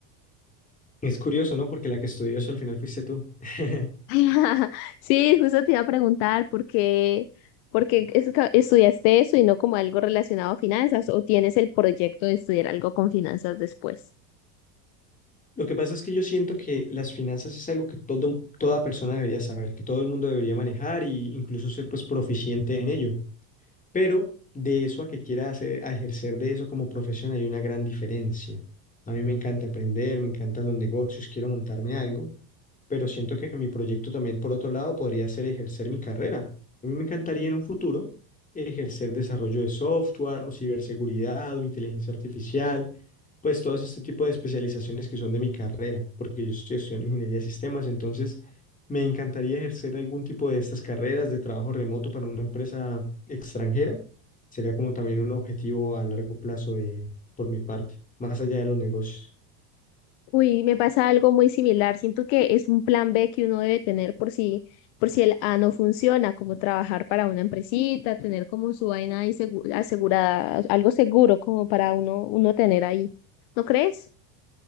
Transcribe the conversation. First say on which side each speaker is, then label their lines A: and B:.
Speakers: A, on the left; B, on the left.
A: Es curioso, ¿no? Porque la que estudió eso al final fuiste tú. <laughs>
B: <laughs> Sí, justo te iba a preguntar por qué, por qué es- estudiaste eso y no como algo relacionado a finanzas o tienes el proyecto de estudiar algo con finanzas después.
A: Lo que pasa es que yo siento que las finanzas es algo que todo, toda persona debería saber, que todo el mundo debería manejar e incluso ser pues proficiente en ello. Pero de eso a que quiera hacer, a ejercer de eso como profesión hay una gran diferencia. A mí me encanta aprender, me encantan los negocios, quiero montarme algo, pero siento que mi proyecto también, por otro lado, podría ser ejercer mi carrera. A mí me encantaría en un futuro ejercer desarrollo de software o ciberseguridad o inteligencia artificial, pues todos este tipo de especializaciones que son de mi carrera, porque yo estoy estudiando ingeniería de sistemas, entonces me encantaría ejercer algún tipo de estas carreras de trabajo remoto para una empresa extranjera. Sería como también un objetivo a largo plazo de, por mi parte, más allá de los negocios.
B: Uy, me pasa algo muy similar. Siento que es un plan B que uno debe tener por si, por si el A no funciona, como trabajar para una empresita, tener como su vaina ahí segu- asegurada, algo seguro como para uno, uno tener ahí. ¿No crees?